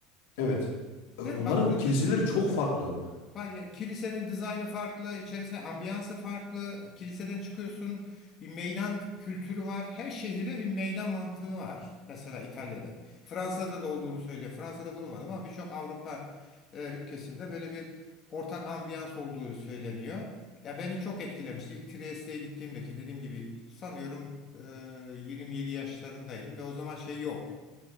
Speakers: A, on the left; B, on the left.
A: evet. E, Onların
B: Değil mi? Baktığında
A: kiliseleri
B: şimdi
A: çok farklı.
B: Hayır, kilisenin dizaynı farklı, içerisinde ambiyansı farklı. Kiliseden çıkıyorsun, bir meydan kültürü var. Her şehirde bir meydan mantığı var. Mesela İtalya'da. Fransa'da da olduğunu söyle. Fransa'da bulunmadım ama birçok Avrupa e, ülkesinde böyle bir ortak ambiyans olduğu söyleniyor. Ya beni çok etkilemiş. İlk Trieste'ye gittiğimde ki dediğim gibi sanıyorum e, 27 yaşlarındaydım ve o zaman şey yok.